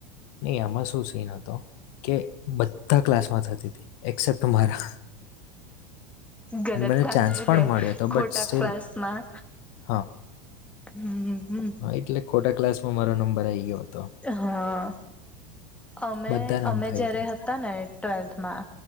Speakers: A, on the left (about 60°); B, in the centre.
A: નહી આમાં શું સી ન હતો કે બધા ક્લાસમાં થતી હતી એક્સેપ્ટ મારા.
B: ગલત
A: અને મને
B: ક્લાસમાં
A: ચાન્સ પણ
B: બે
A: મળ્યો હતો
B: ખોટા
A: બટ સ્ટીલ
B: ક્લાસમાં.
A: હા
B: હમ. હમ
A: હા, એટલે ખોટા ક્લાસમાં મારો નંબર આવી ગયો હતો
B: હા અમે
A: બધા નામ
B: અમે
A: થઈ
B: જયારે
A: હતી
B: હતા ને. ટ્વેલ્થમાં.